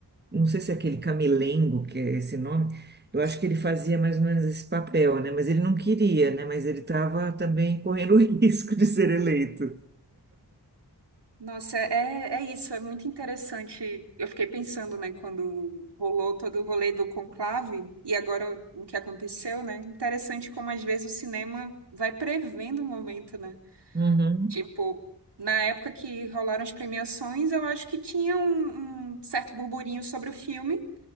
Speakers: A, on the right (about 25°); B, on the right (about 80°).
A: Não sei se é aquele Camelengo, que é esse nome. Eu
B: Sim.
A: acho que ele fazia mais ou menos esse papel, né? Mas ele não queria, né? Mas ele estava também correndo o <laughs> risco de ser eleito.
B: Nossa, é, é é isso, é muito interessante. Eu fiquei pensando, né, quando rolou todo o rolê do conclave e agora o que aconteceu, né? Interessante como às vezes o cinema vai prevendo o momento, né?
A: Uhum,
B: Tipo, na época que rolaram as premiações, eu acho que tinha um, um certo burburinho sobre o filme,